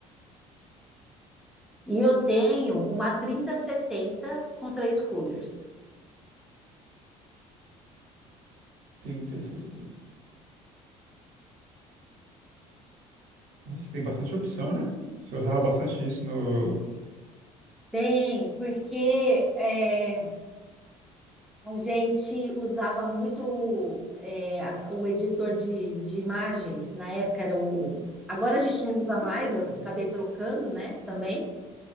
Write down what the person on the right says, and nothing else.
Tem, tem, tem. tem. Nossa, tem bastante opção, né? Você usava bastante disso no.